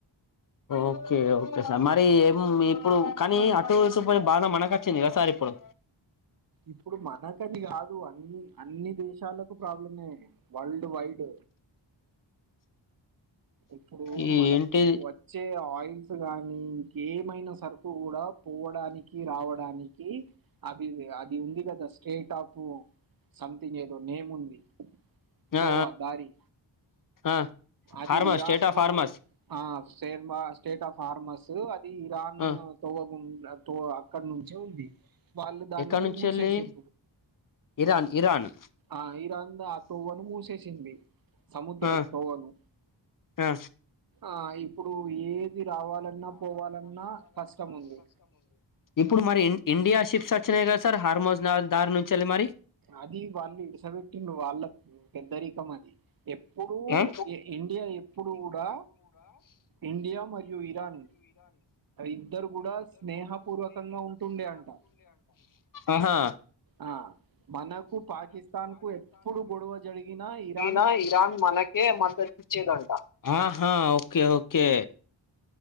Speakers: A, on the left; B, on the right.
A: ఓకే ఓకే సార్ మరి ఏం ఇప్పుడు కానీ అటు చుపోయి బాధ మనకు కచ్చి ని కద సార్ ఇప్పుడు
B: ఇప్పుడు మనకని కాదు అని ఆ అన్ని దేశాలకు ప్రాబ్లమే వరల్డ్ వైడ్ ఇప్పుడు
A: ఈ
B: మనకు
A: ఏంటి
B: వచ్చే ఆయిల్స్ గాని ఇంక ఏమైనా సరుకు కూడా పోవడానికి రావడానికి అది అది ఉంది కదా స్టేట్ ఆఫ్ సంథింగ్ ఏదో నేముంది తోవా
A: ఆ
B: దారి
A: ఆ
B: అది
A: హార్మా
B: ఇరాన్
A: స్టేట్ ఆఫ్
B: బూట్
A: హార్మాస్
B: ఆ సేర్మా స్టేట్ ఆఫ్ ఫార్మస్ అది ఇరాన్
A: ఆ
B: తోవ ఉండదు తో అక్కడ నుంచే ఉంది వాళ్ళు దాన్ని
A: ఎక్కడ నుంచి
B: మూసేసిన
A: వెళ్ళి ఇరాన్ ఇరాన్
B: ఆ ఈ రంద ఆ తోవ్ను మూసేసింది సముద్ర
A: ఆ
B: తోవను
A: ఆ
B: ఆ ఇప్పుడు ఏది రావాలన్నా పోవాలన్నా కష్టం ఉంది
A: ఇప్పుడు మరి ఇండియా షిప్స్ వచ్చినాయి కదా సార్ హార్మో దారు నుంచి వెళ్లి మరి
B: అది వాళ్ళు ఇడసబెట్టిం వాళ్ళ పెద్దరీకం అది ఎప్పుడు
A: ఆ
B: ఇండియా ఎప్పుడు కూడా ఇండియా మరియు ఇరాన్ ఇద్దరు కూడా స్నేహపూర్వకంగా ఉంటుండే అంట
A: ఆహా
B: ఆ మనకు పాకిస్తాన్ కు ఎప్పుడు గొడవ జరిగినా ఇరా
A: నా ఇరాన్ మనకే మద్దతు ఇచ్చేదంట ఆహా ఓకే ఓకే